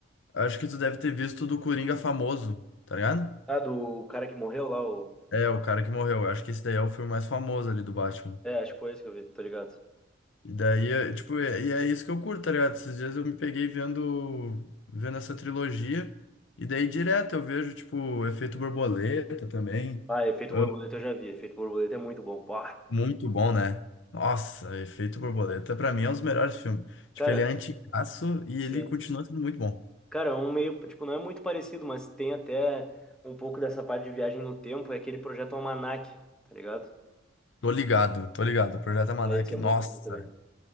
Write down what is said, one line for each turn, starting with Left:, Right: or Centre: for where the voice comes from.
Left: Acho que tu deve ter visto do Coringa famoso, tá ligado?
Centre: Ah, do cara que morreu lá, o...
Left: É, o cara que morreu. Eu acho que esse daí é o filme mais famoso ali do Batman.
Centre: É, acho que foi esse que eu vi, tô ligado.
Left: E daí, é, tipo, é- e é isso que eu curto, tá ligado? Esses dias eu me peguei vendo, vendo essa trilogia, e daí direto eu vejo, tipo, o Efeito Borboleta também.
Centre: Ah, Efeito
Left: Ah,
Centre: Borboleta eu já vi, Efeito Borboleta é muito bom. Pá.
Left: Muito bom, né? Nossa, Efeito Borboleta, pra mim, é um dos melhores filmes. Tipo,
Centre: Cara,
Left: ele é antigaço e
Centre: sim.
Left: ele continua sendo muito bom.
Centre: Cara, um meio, tipo, não é muito parecido, mas tem até um pouco dessa parte de viagem no tempo, é aquele projeto Almanac, tá ligado?
Left: Tô ligado, tô ligado. O Projeto Almanac,
Centre: Ah, esse é muito
Left: nossa.
Centre: bom também.